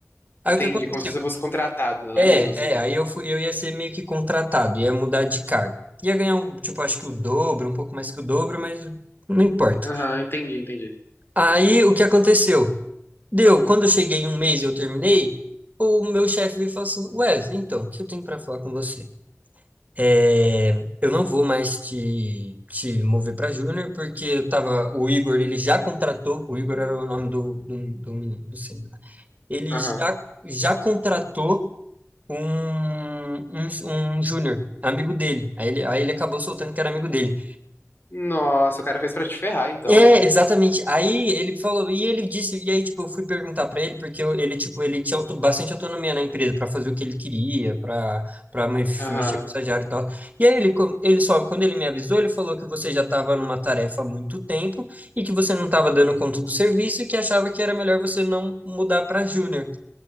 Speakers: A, on the right; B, on the left.
A: Aí
B: Entendi,
A: o que aconteceu?
B: como se você fosse contratado, não
A: É,
B: é mesmo assim?
A: é, aí eu fui, eu ia ser meio que contratado, ia mudar de cargo. Ia ganhar, um, tipo, acho que o dobro, um pouco mais que o dobro, mas não importa.
B: Aham, entendi, entendi.
A: Aí o que aconteceu? Deu, quando eu cheguei em um mês e eu terminei, o meu chefe veio e falou assim: Wesley, então, o que eu tenho para falar com você? É, eu não vou mais te, te mover para júnior, porque eu tava, o Igor, ele já contratou, o Igor era o nome do, do, do menino, do sênior, né? ele
B: Aham.
A: já, já contratou um, um, um júnior, amigo dele. Aí ele, aí ele acabou soltando que era amigo dele.
B: Nossa, o cara fez pra te ferrar então,
A: É,
B: hein?
A: exatamente. Aí ele falou, e ele disse, e aí, tipo, eu fui perguntar pra ele, porque eu- ele, tipo, ele tinha auto- bastante autonomia na empresa pra fazer o que ele queria, pra para mexer
B: Aham.
A: com o estagiário e tal. E aí ele, co- ele só, quando ele me avisou, ele falou que você já estava numa tarefa há muito tempo e que você não estava dando conta do serviço e que achava que era melhor você não mudar pra júnior.